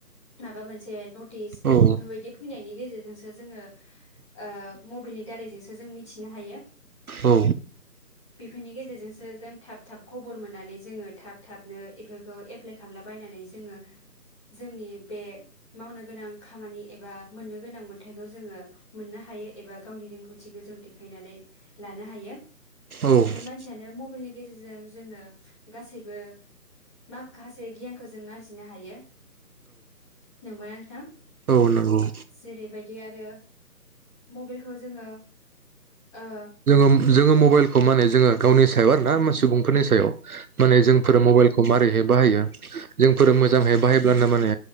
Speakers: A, on the left (about 20°); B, on the right (about 65°).
A: माबा मोनसे नट टिस बेफोरबायदि
B: औ
A: फैनायनि गेजेर जोंसो जोङो ओ मबेइलनि दारैजोंसो जों मिथिनो हायो।
B: औ।
A: फोरनि गेजेरजोंसो जों थाब थाब खबर मोननानै जोङो थाब थाबनो इफोरखौ एफ्लाइ खालामलाबायनानै जोङो जोंनि बे मावनो गोनां खामानि एबा मोननो गोनां मोन्थाइखौ जोङो मोननो हायो एबा गावनि रोंगौथिखो जों देखायनानै लानो हायो
B: औ
A: साफ्रोम मानसियानो मबेइलनि गेजेरजों जोङो गासैबो माखासे गियानखौ जों आरजिनो हायो। नंगौना नोंथां?
B: औ औ नंगौ
A: जेरैबायदि आरो मबेइलखौ जोङो ओ।
B: उम जोङो मबाइलखौ माने जोङो गावनि सायाव आरोना मा सुबुंफोरनि सायाव। माने जोंफोर
A: औ औ
B: मबाइलखौ मारै हाय बाहायो। जोंफोर मोजांहै
A: औ
B: बाहायोब्लानो माने